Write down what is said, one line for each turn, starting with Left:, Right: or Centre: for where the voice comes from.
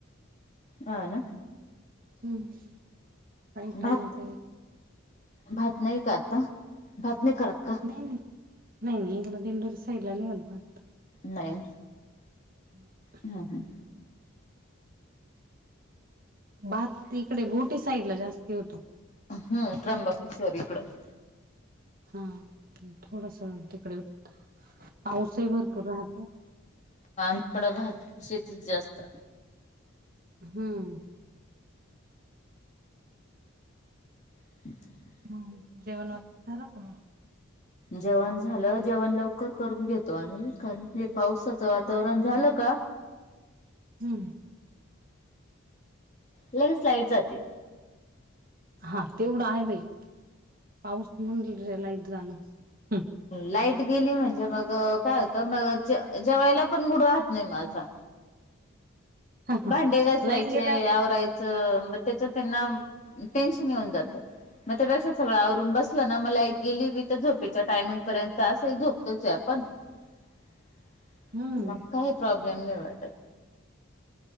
Left: हा ना.
Right: हम्, काही टमाटे
Left: भात भात नाही का आत्ता? भात नाही करत का?
Right: नाही-नाही, नाही इकडं दिंडोरी साईडला नाही होत भात.
Left: नाही.
Right: <inaudible>
Left: हा, हं.
Right: भात तिकडे घोटी साईड ला जास्ती होतो.
Left: हं त्र्यंबकेश्वर इकडं.
Right: हा थोडसं तिकडं पाऊसही भरपूर राहतो.
Left: पानपडा <unintelligible> भात शेतीत जास्त
Right: हम्म,
Left: <inaudible>
Right: नाही, जेवणं आन ते झालं का म.?
Left: जेवण झालं, जेवण लवकर करून घेतो आम्ही, कारण हे पावसाचं वातावरण झालं का
Right: हम,
Left: लगेच लाईट जाते.
Right: हा तेवढं आहे बाई, पाऊस म्हून देत लाईट जाणार, हं
Left: लाईट गेली म्हणजे मग काय होतं, मग ज- जेवायला पण मुड राहात नाही माझा.
Right: हा हा
Left: भांडे घासायचे,
Right: लाईट गेल्यावर
Left: आवरायचं म त्याच्यात येना टेन्शन येऊन जातं. म ते कसं सगळं आवरून बसलं ना म लाईट गेली बी त झोपेच्या टायमिंग पर्यंत असही झोपतोच ये आपण.
Right: <inaudible>
Left: <inaudible>
Right: हम्म
Left: मग काय प्रॉब्लेम नाही वाटत.